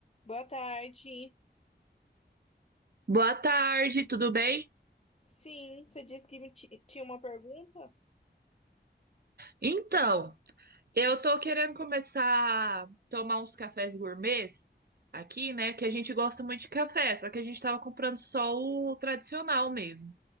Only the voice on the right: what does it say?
Boa tarde, tudo bem?
Então, eu tô querendo começar a tomar uns cafés gourmets aqui, né? Que a gente gosta muito de café, só que a gente tava comprando só o tradicional mesmo.